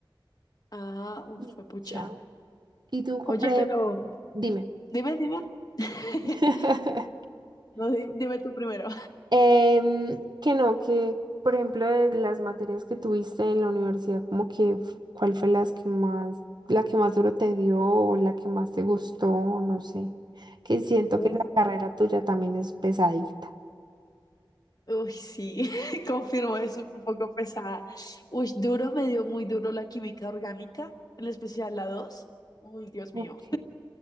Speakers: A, on the left; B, on the right.
A: Ah, uf,
B: Y
A: fue pucha.
B: ya. Y tú,
A: Oye,
B: por ejemplo,
A: pero
B: dime.
A: dime, dime. <laughs>
B: <laughs>
A: No, di- dime tú primero.
B: Em, que no, que por ejemplo de las materias que tuviste en la universidad, como que f- cuál fue las que más, la que más duro te dio o la que más te gustó, no sé. Que siento
A: Uf,
B: que la carrera tuya también es pesadita.
A: uy, sí, <laughs> confirmo, es un poco pesada. Uy, duro, me dio muy duro la química orgánica, en especial la 2. Uy, Dios
B: Ok,
A: mío.